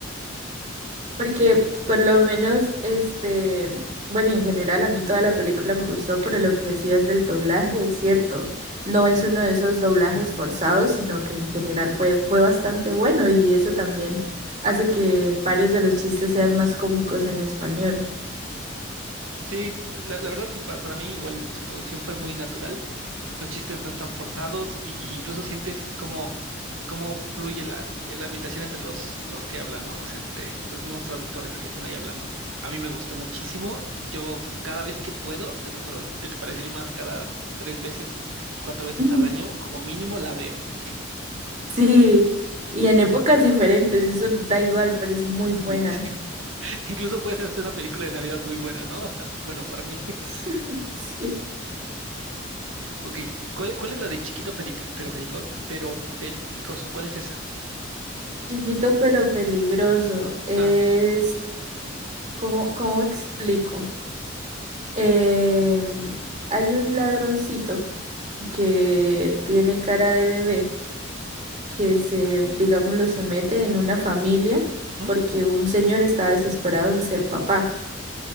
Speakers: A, on the right; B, on the right.
A: Porque
B: Sí,
A: por lo menos, este, bueno, en general a mí toda la película me gustó, pero lo que decías del doblaje es cierto. No es uno de esos doblajes forzados, sino que en general fue, fue bastante bueno y eso también hace que varios de los chistes sean más cómicos en español.
B: Oh, sí, la, la verdad sí, pa- para, mí igual su traducción fue muy natural, los chistes no están forzados y, y incluso sientes cómo, cómo fluye la, la ambientación entre los, los que hablan, ¿no? O sea, entre los mismos traductores que están ahí hablando. A mí me gustó muchísimo, yo cada vez que puedo, te lo juro, que te parece unas cada tres veces, cuatro veces
A: Mm.
B: al año,
A: <laughs>
B: como mínimo la veo, así.
A: Sí, y en épocas diferentes, eso da igual, pero es muy buena.
B: <laughs> Sí. Incluso puede ser hasta una película de Navidad muy buena, ¿no? Hasta, bueno, para mí.
A: <laughs> Sí.
B: Ok, ¿cuál, cuál es la de chiquito peri- pero perico, pero pel- picoso? ¿Cuál es esa?
A: Chiquito pero peligroso. Es,
B: Ah,
A: ¿cómo, cómo explico? Eh, hay un ladroncito que tiene cara de bebé que se, digámoslo, se mete en una familia
B: ujú,
A: porque un señor está desesperado en ser papá.